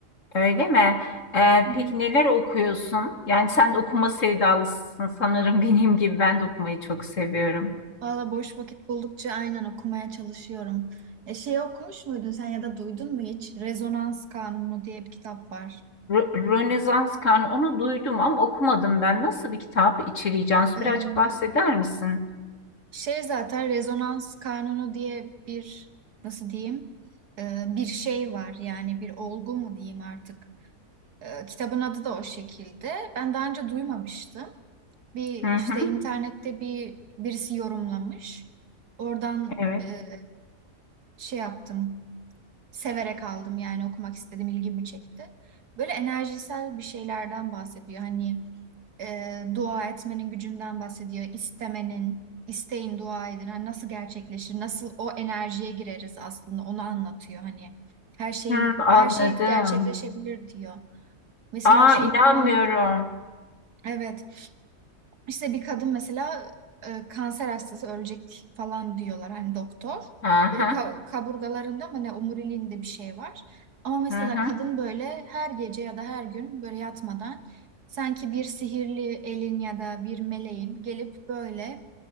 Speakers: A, on the left (about 50°); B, on the right (about 85°).
A: Öyle mi? Ee,
B: Hı hı.
A: peki neler okuyorsun? Yani sen de okuma sevdalısın sanırım <laughs> benim gibi. Ben de okumayı çok seviyorum.
B: Valla boş vakit buldukça aynen okumaya çalışıyorum. E şey okumuş muydun sen ya da duydun mu hiç? Rezonans Kanunu diye bir kitap var.
A: Rö- Rönesans Karnı onu duydum ama okumadım ben. Nasıl bir kitap içeriği Cansu?
B: Ee,
A: Birazcık bahseder misin?
B: Şey zaten rezonans kanunu diye bir nasıl diyeyim e, bir şey var yani bir olgu mu diyeyim artık. E, kitabın adı da o şekilde. Ben daha önce duymamıştım. Bir
A: Hı hı.
B: işte internette bir birisi yorumlamış. Oradan
A: Evet.
B: e, şey yaptım severek aldım yani okumak istedim ilgimi çekti. Böyle enerjisel bir şeylerden bahsediyor. Hani e, dua etmenin gücünden bahsediyor. İstemenin, isteyin dua edin. Hani nasıl gerçekleşir? Nasıl o enerjiye gireriz aslında onu anlatıyor hani. Her şeyin
A: Hı, anladım.
B: her şey gerçekleşebilir diyor. Mesela
A: Aa
B: şeyi
A: inanmıyorum.
B: falan evet işte bir kadın mesela e, kanser hastası ölecek falan diyorlar hani doktor.
A: Hı hı.
B: Böyle ka- kaburgalarında mı ne omuriliğinde bir şey var. Ama mesela
A: Hı hı.
B: kadın böyle her gece ya da her gün böyle yatmadan sanki bir sihirli elin ya da bir meleğin gelip böyle